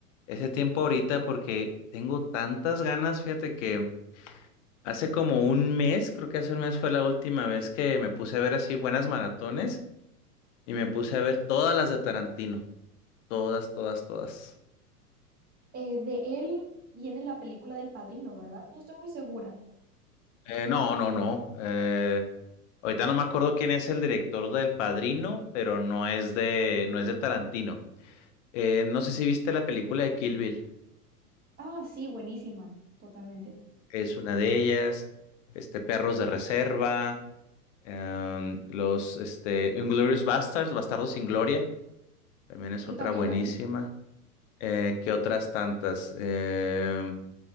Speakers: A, on the left; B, on the right.
A: ese tiempo ahorita porque tengo tantas ganas, fíjate que hace como un mes, creo que hace un mes fue la última vez que me puse a ver así buenas maratones y me puse a ver todas las de Tarantino, todas, todas, todas.
B: Eh, de él viene la película del Padrino, ¿verdad? No estoy muy segura.
A: Eh, no, no, no. Eh, ahorita no me acuerdo quién es el director del Padrino, pero no es de, no es de Tarantino. Eh, no sé si viste la película de Kill Bill.
B: Ah, sí, buenísima, totalmente.
A: Es una de ellas. Este, Perros de Reserva. em, los, este, Inglourious Bastards, Bastardos sin Gloria. También es
B: Sí,
A: otra
B: también
A: buenísima.
B: la vi.
A: Eh, ¿qué otras tantas? Em,